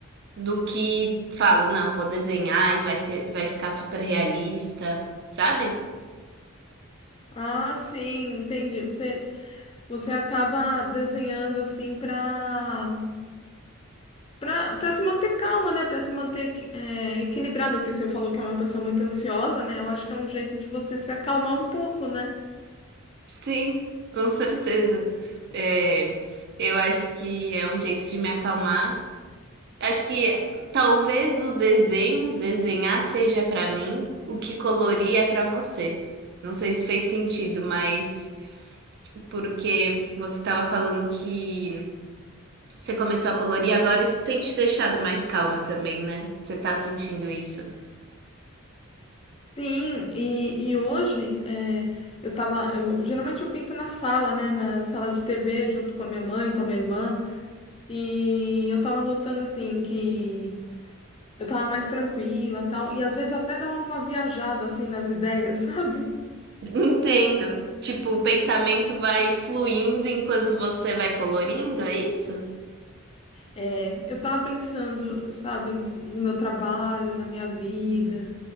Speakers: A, on the right; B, on the left.
A: do que falo, não, vou desenhar e vai ser, vai ficar super realista, sabe?
B: Ah, sim, entendi. Você, você acaba desenhando assim pra, pra, pra se manter calma, né? Pra se manter equi- é, equilibrada, que você falou que é uma pessoa muito ansiosa, né? Eu acho que é um jeito de você se acalmar um pouco, né?
A: Sim, com certeza. É, eu acho que é um jeito de me acalmar. Acho que talvez o desenho, desenhar seja pra mim, o que colorir é pra você. Não sei se fez sentido, mas porque você estava falando que você começou a colorir, agora isso tem te deixado mais calma também, né? Você tá sentindo isso.
B: Sim, e, e hoje é, eu tava. eu- geralmente eu pinto na sala, né? Na sala de TV, junto com a minha mãe, com a minha irmã. E eu tava notando assim que. Eu tava mais tranquila, tal, e às vezes até dá uma viajada assim nas ideias, <laughs> sabe?
A: Entendo. Tipo, o pensamento vai fluindo enquanto você vai colorindo, é isso?
B: É, eu tava pensando, sabe, no meu trabalho, na minha vida.